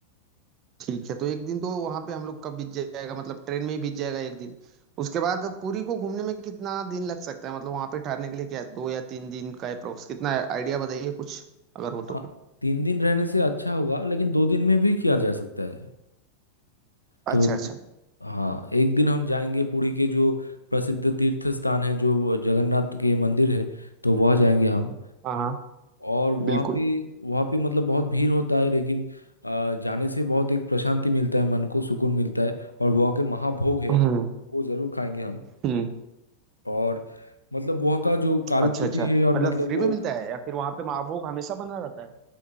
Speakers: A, on the right; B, on the left.
A: ठीक है तो एक दिन तो वहां पे हम लोग का बीत जाएगा मतलब ट्रेन में ही बीत जाएगा एक दिन उसके बाद पुरी को घूमने में कितना दिन लग सकता है मतलब वहां पे ठहरने के लिए क्या है दो या तीन दिन का अप्रोक्स कितना आइडिया बताइए कुछ अगर हो तो
B: हाँ तीन दिन रहने से अच्छा होगा लेकिन दो दिन में भी किया जा सकता है
A: अच्छा
B: तो
A: अच्छा
B: हाँ एक दिन हम जाएंगे पुरी के जो प्रसिद्ध तीर्थ स्थान है जो वो जगन्नाथ के मंदिर है तो वह जाएंगे हम
A: हाँ हाँ
B: और वहाँ
A: बिल्कुल
B: पे वहाँ पे मतलब बहुत भीड़ होता है लेकिन अ, जाने से बहुत एक प्रशांति मिलता है मन को सुकून मिलता है और वहाँ के महाभोग है
A: हम्म
B: वो जरूर खाएंगे हम
A: हम्म
B: और मतलब वहाँ का जो कारुकृति
A: अच्छा अच्छा
B: है और
A: मतलब
B: मतलब
A: फ्री
B: वो
A: में मिलता है या फिर वहां पे महाभोग हमेशा बना रहता है